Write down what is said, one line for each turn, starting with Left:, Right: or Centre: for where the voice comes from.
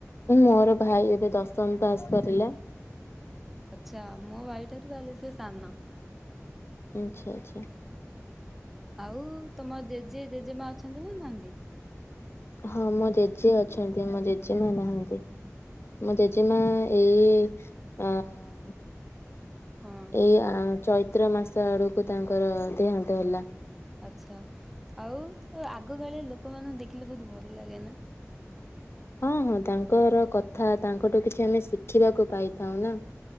Left: ମୋର ଭାଇ ଏବେ ଦଶମ ପାସ୍ କରିଲା।
Centre: ଆଚ୍ଛା। ମୁଁ ଭାଇ ଠାରୁ ତାହା ହେଲେ ସେ ସାନ।
Left: ଆଚ୍ଛା ଆଚ୍ଛା।
Centre: ଆଉ ତମ ଜେଜେ ଜେଜେମା ଅଛନ୍ତି ନା ନାହାନ୍ତି?
Left: ହଁ ମୋ ଜେଜେ ଅଛନ୍ତି ମୋ ଜେଜେମା ନାହାନ୍ତି ମୋ ଜେଜେମା ଏଇ ଏଇ ଚୈତ
Centre: ହଁ ହଁ
Left: ଚୈତ୍ର ମାସ ଆଡ଼କୁ ତାଙ୍କର ଦେହାନ୍ତ ହେଲା।
Centre: ଆଛା ଆଉ ତ ଆଗକାଳିଆ ଲୋକମାନଙ୍କୁ ଦେଖିଲେ ବହୁତ ଭଲ ଲାଗେ ନା।
Left: ହଁ ହଁ ତାଙ୍କର କଥା ତାଙ୍କଠୁ କିଛି ଆମେ ଶିଖିବାକୁ ପାଇଥାଉ ନା।